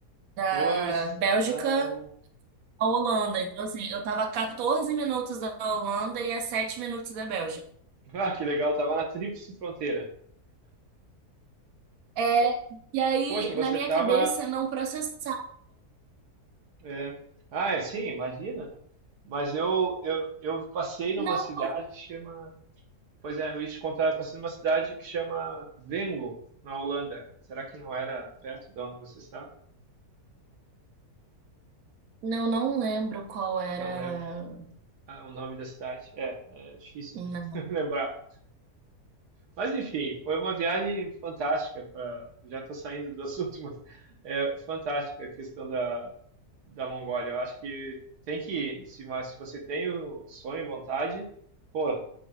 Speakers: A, on the right; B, on the right.
A: da
B: Pois,
A: Bélgica
B: ah,
A: à Holanda. Então, assim, eu tava a 14 minutos da Holanda e a 7 minutos da Bélgica.
B: ah, que legal, tava na tríplice fronteira.
A: É, e aí,
B: Poxa, você
A: na minha
B: tava
A: cabeça, não processava.
B: É. Ah, é, sim, imagina, né? Mas eu, eu, eu passei numa
A: Não,
B: cidade que chama. Pois é, eu ia te contar, eu passei numa cidade que chama Venlo, na Holanda. Será que não era perto de onde você está?
A: não, não lembro qual era.
B: Não lembro. Ah, o nome da cidade. É, é difícil,
A: Não.
B: né? <laughs> Lembrar. Mas enfim, foi uma viagem fantástica. pra- Já estou saindo do assunto, <laughs> mas é fantástica a questão da, da Mongólia. Eu acho que tem que ir. Se, mas se você tem o sonho e vontade, pô,